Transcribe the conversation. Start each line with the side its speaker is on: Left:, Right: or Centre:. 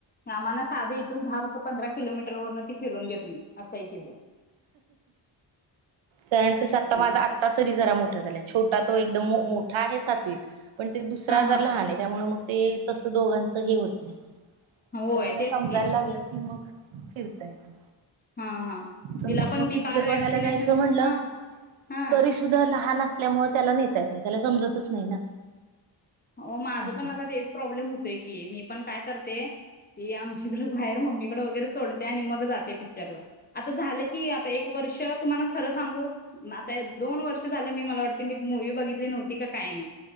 Left: आम्हाना साधं इथून दहा फ पंधरा किलोमीटर वरन फिरवून देत नाही असं तिज
Right: कारण कस आता
Left: मग
Right: माझा आता तरी जरा मो ठं झालाय छोटा तो एकदम मोठा आहे सातवीत पण ते दुसरा
Left: हा
Right: जरा
Left: हा
Right: लहान आहे त्यामुळे मग ते तसं दोघांच हे होत नाही
Left: होय
Right: आता जरा
Left: तेच
Right: समजायला
Left: की
Right: लागलं की मग फिरता येत.
Left: हा हा.
Right: पण
Left: तिला
Right: कुठ
Left: मी
Right: पिक्चर
Left: काल वॅक्सिनेशन
Right: बघायला जायचं म्हणलं
Left: हा हा
Right: तरी सुद्धा लहान अस ल्यामुळे त्याला नेता येत नाही त्याला समजतच नाही ना
Left: हो माझं
Right: असं
Left: पण आता तेच प्रॉब्लेम होतोय की मी पण काय करते आमच्याकडे बाहेर मम्मीकडे वगैरे सोडते आणि मग जाते पिक्चरला झालं की आता एक वर्ष तुम्हाला खरं सांगू आता दोन वर्ष झालं मी मला वाटते मी मूवी बघितली नव्हती का काय नाही